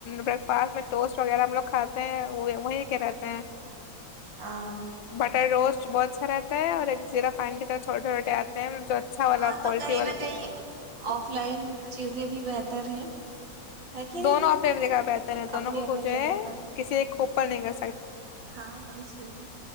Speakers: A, on the left (about 85°); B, on the right (about 85°).
A: بریک فاسٹ میں ٹوسٹ وغیرہ ہم لوگ کھاتے ہیں وہ وہیں ل کے رہتے ہیں
B: ہاں
A: بٹر روسٹ بہت اچھا رہتا ہے اور ایک جیرا پانی کی طرح چھوٹے چھوٹے آتے ہیں جو اچھا والا
B: ہاں تو
A: کوالٹی
B: کہیں
A: والا
B: نہ کہیں
A: کو
B: فلائنگ چیزیں بھی بہتر ہیں ہے کہ نہیں
A: دونوں اپنے بھی دکھا بہتےر ہیں دونوں
B: اپنی اپنی
A: جو
B: جگہ
A: ہے
B: پر
A: کسی ایک پ نہیں گ س
B: ہاں وہی چیز ہے